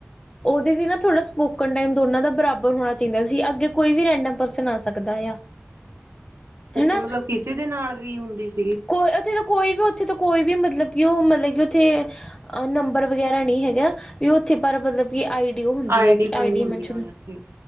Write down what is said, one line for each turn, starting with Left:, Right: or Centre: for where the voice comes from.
Left: ਉਹਦੇ ਤੇ ਨਾ ਥੋੜ੍ਹਾ ਸਪੋਕਨ ਟਾਈਮ ਦੋਨਾਂ ਦਾ ਬਰਾਬਰ ਹੋਣਾ ਚਾਹੀਦਾ ਸੀ ਅੱਗੇ ਕੋਈ ਵੀ ਰੈਂਡਮ ਪਰਸਨ ਆ ਸਕਦਾ ਆ।
Right: ੳਕੇ
Left: ਹਨਾ
Right: ਮਤਲਬ ਕਿਸੇ ਦੇ ਨਾਲ ਵੀ ਹੁੰਦੀ ਸੀ।
Left: ਕੋਈ ਉੱਥੇ ਤਾਂ ਕੋਈ ਵੀ ਉੱਥੇ ਤਾਂ ਕੋਈ ਵੀ ਮਤਲਬ ਕਿ ਉਹ ਮਤਲਬ ਕਿ ਉੱਥੇ ਨੰਬਰ ਵਗੈਰਾ ਨਹੀਂ ਹੈਗਾ ਵੀ ਉੱਥੇ ਪਰ ਮਤਲਬ ਕਿ ਆਈ ਹੁੰਦੀ
Right: ਆਈ
Left: ਆ
Right: ਡੀ
Left: ਵੀ
Right: ਬਣੀ
Left: ਆਈਡੀ
Right: ਹੁੰਦੀ
Left: ਮੇਂਸ਼ਨ
Right: ਹੋਣੀ ਉੱਥੇ